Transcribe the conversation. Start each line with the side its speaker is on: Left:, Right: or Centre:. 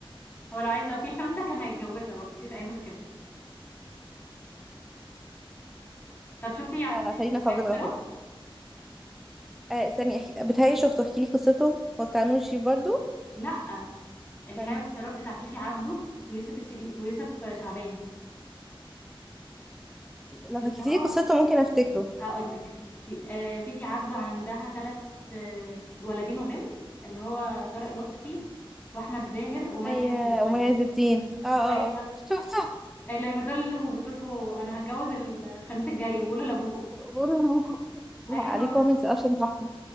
Left: هو لو عايز لو في خمسه كان هيتجوزها برضه مفيش اي مشكله طب شفتي آه،
Centre: لا لا خلينا
Left: الحياه
Centre: في عبد
Left: والسراب
Centre: الغفور آه استني أحكي... بتهيألي شفته احكي لي قصته هو بتاع نور الشريف برضه
Left: لا الحياه
Centre: بتاع مين
Left: والسراب بتاع فيفي عبده ويوسف الشري... ويوسف شعبان
Centre: لو
Left: اللي
Centre: حكيتي
Left: هو
Centre: لي قصته ممكن أفتكره
Left: هقول لك فيفي عبده عندها ثلاث ولدين وبنت اللي هو طارق لطفي واحمد زاهر ومي
Centre: مي
Left: عز الدين
Centre: ومي عز الدين اه اه
Left: ايوه
Centre: اه شوف شوف
Left: اللي بتقول له بتقول له انا هتجوز الخميس الجاي بقوله لابوكو
Centre: بقول لكم
Left: ايوه
Centre: لا عليه
Left: هو ده
Centre: كوميكس اصلا تحفة